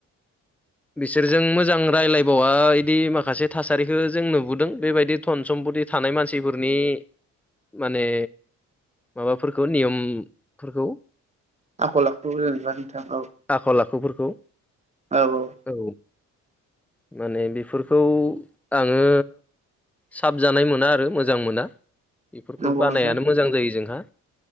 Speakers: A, in the centre; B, on the right.
A: बिसोरजों मोजां रायज्लायबावा बिदि माखासे थासारिखौ जों नुबोदों। बेबायदि धन सम्पति थानाय मानसिफोरनि माने माबाफोरखौ नियमफोरखौ
B: आखल आखु जेनेबा नोंथां औ।
A: आखल आखुफोरखौ
B: औ औ।
A: औ। माने बेफोरखौ आङो साबजानाय मोन ना आरो मोजां मोना बेफोरखौ
B: नंगौ
A: बानायानो
B: नोंथां
A: मोजां जायो जोंहा।